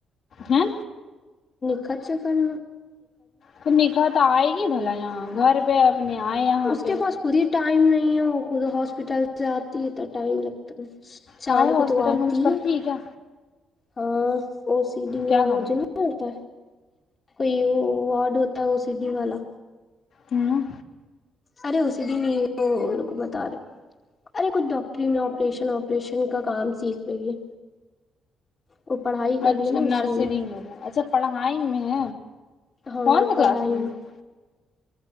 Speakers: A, on the left; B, on the left.
A: ہے
B: ٹھاچ کل
A: تو نکاح تو آئے گی بھلا یہاں گھر پ اپنے آئے یہاں
B: اس
A: پہ
B: کے پاس خود ہی ٹائم نہیں ہو کوود ہاسپٹل جاپ تتنا ٹائم لگتا ہے شام
A: کہا ہے ہاسپٹل
B: کو تو آتی
A: میں کچھ کرتی
B: ہے
A: کیا
B: ہاں اور سی ڈی میں
A: کیا
B: وہ
A: کرے
B: جو نہیں ملتا کوئی وارڈ ہوتا ہے وہ سی ڈی والا
A: ہوں
B: ارے اسی دن یہ بتا رہے ارے کچھ ڈاکٹری میں آپریشن وپریشن کا کام سیکھ رہی ہے وہ پڑھائی کر
A: اچھا
B: رہی ہے نا اسی
A: نرسری میں اچھا پڑہائی میں
B: ہاں
A: کون سے
B: پڑھائی
A: کلاس میں ہے